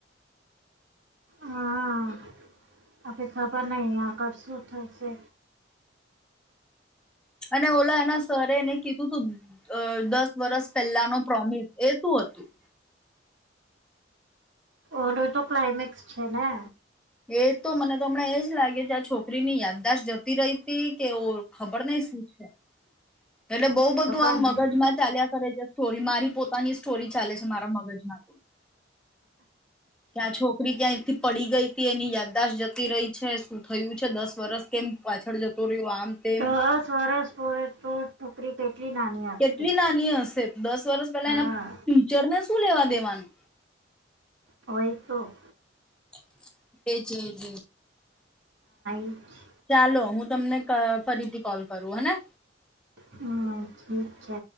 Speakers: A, on the right; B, in the centre.
A: હા અભી ખબર નહીં આ કર શું થશે.
B: અને ઓલા એના સરે એને કીધું તું દસ વર્સ પહેલા ન પ્રોમિસ એ શું હતું.
A: ઓરો તો ક્લાઇમેક્સ છે ને.
B: એ તો મને તો હમણાં એજ લાગે કે આ છોકરી ની યાદદાશત જતી રહી હતી કે ઓ ખબર ન શું છે. એટલે બઉુ બધું
A: ખબર
B: આમ
A: નહીં
B: મગજ માં ચાલ્યા કરે છે સ્ટોરી બીમારી પોતાની સોરી ચાલે છે મારા મગજમાંથી ત્યા છોકરી ક્યાંથી પડી ગઈ હતી એની યાદદાશત જતી રહી છે શું થયું છે દસ વરષ કેમ પાછળ જતો રહ્યો. આમ તેમ
A: દસ વરસ પોવે તો છોકરી કેટલી નાની
B: કેટલી
A: હતી
B: નાની હશે. દસ વર્ષ પેલા
A: હા
B: એના ટીચરને શું લેવા દેવાનું
A: હોય તો
B: <inaudible> એ જય જ
A: હમ <inaudible>
B: ચાલો હું તમને ફરીથી કોલ કરું હેને.
A: હ ઠીક છે.